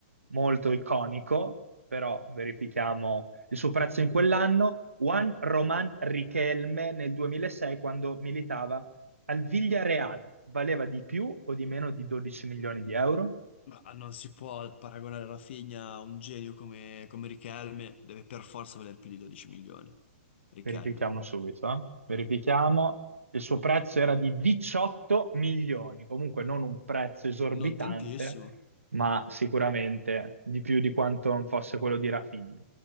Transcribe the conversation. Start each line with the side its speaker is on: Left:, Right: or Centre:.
Right: molto iconico, però verifichiamo il suo prezzo in quell'anno. Juan Román Riquelme nel 2006, quando militava al Villarreal, valeva di più o di meno di 12 milioni di euro?
Left: Ma non si può paragonare Rafinha a un genio come, come Riquelme, deve per forza valer più di 12 milioni. Riquelme.
Right: Verifichiamo subito, eh. Verifichiamo. Il suo prezzo era di 18 milioni, comunque non un prezzo esorbitante,
Left: Non tantissimo.
Right: ma sicuramente di più di quanto non fosse quello di Rafinha.